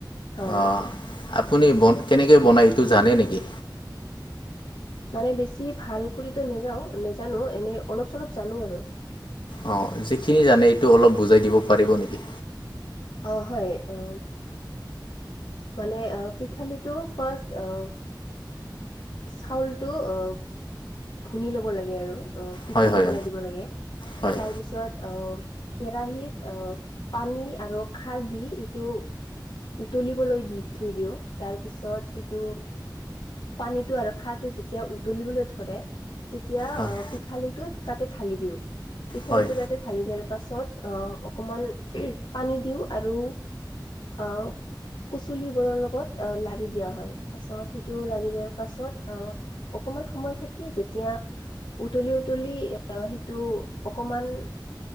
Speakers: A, on the left; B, on the left.
A: হয়
B: অঁ আপুনি কেনেকে বনায় এইটো জানে নেকি
A: মানে বেছি ভাল কৰিতো নেযাও নেজানো এনেই অলপ চলপ জানো আৰু
B: অ যিখিনি জানে এইটো অলপ বুজাই দিব পাৰিব নেকি
A: অ হয় অ মানে পিঠালিটো ফাৰ্ষ্ট <unintelligible> চাউলটো অ ভুনি লব লাগে আৰু অ পিঠালি
B: হয় হয়
A: বনাই দিব লাগে
B: হয়
A: তাৰ পিছত আহ কেৰাহীত অ পানী আৰু খাৰ দি এইটো উতলিব <unintelligible> লৈ দি থৈ দিওঁ তাৰপিছত এইটো পানীতটো আৰু খাৰটো যেতিয়া উতলিবলৈ ধৰে তেতিয়া
B: হয় হয়
A: অ পিঠালিটোত তাতে ঢালি দিও পিঠালিটো
B: হয়
A: তাতে ঢালি দিয়াৰ <unintelligible> তাৰ পাছত আহ অকমান পানী দিওঁ আৰু অ কুচুলিবোৰৰ লগত অ লাৰি দিয়া হয় পাছত স টো লাৰি দিয়াৰ পাছত অ অকমান সময় থাকি যেতিয়া উতলি উতলি সেইটো অকমান